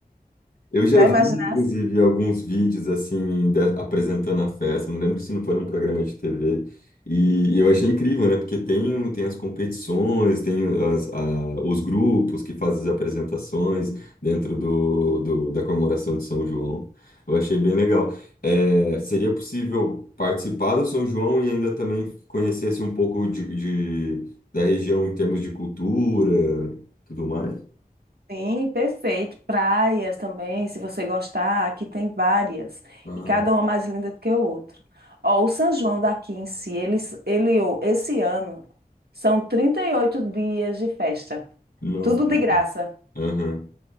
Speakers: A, on the left; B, on the right.
A: Eu já
B: Já
A: vi,
B: imaginaste?
A: inclusive, alguns vídeos assim, da- apresentando a festa. Não lembro se não foi num programa de TV. E eu achei incrível, né? Porque tem, o- tem as competições, tem as- a- os grupos que fazem as apresentações dentro do, do- da comemoração de São João. Eu achei bem legal. É, seria possível participar do São João e ainda também conhecesse um pouco de, de- da região em termos de cultura, tudo mais?
B: Sim, perfeito. Praias também, se você gostar, aqui tem várias.
A: Ah,
B: E cada uma mais linda do que o outro. Ó, o São João daqui em si, ele, ele, ó, esse ano, são 38 dias de festa.
A: nossa.
B: Tudo de graça.
A: Aham.